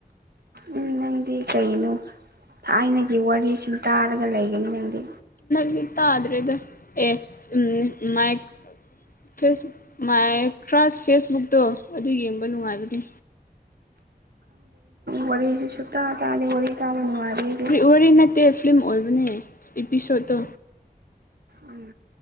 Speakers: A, on the right; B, on the left.
A: ꯎꯝ ꯅꯪꯗꯤ ꯀꯩꯅꯣ ꯊꯥꯏꯅꯒꯤ ꯋꯥꯔꯤꯁꯤꯡ ꯇꯥꯔꯒ ꯂꯩꯒꯅꯤ ꯅꯪꯗꯤ
B: ꯒꯤ ꯇꯥꯗ꯭ꯔꯦꯗ ꯑꯦ ꯎꯝ ꯃꯥꯏ ꯐꯁ ꯃꯥꯏ ꯀ꯭ꯔꯥꯁ ꯐꯦꯁꯕꯨꯛꯇꯣ ꯑꯗꯨ ꯌꯦꯡꯕ ꯅꯨꯡꯉꯥꯏꯕꯅꯤ
A: ꯋꯥꯔꯤꯦ ꯁꯇ ꯇ ꯑꯅꯤ ꯋꯥꯔꯤ ꯇꯥꯕ ꯅꯨꯡꯉꯥꯏꯔꯦ ꯑꯩꯗꯤ
B: ꯋꯥꯔꯤ ꯅꯠꯇꯦ ꯐꯤꯂꯝ ꯑꯣꯏꯕꯅꯦ ꯏꯄꯤꯁꯣꯠꯇꯣ
A: ꯎꯝ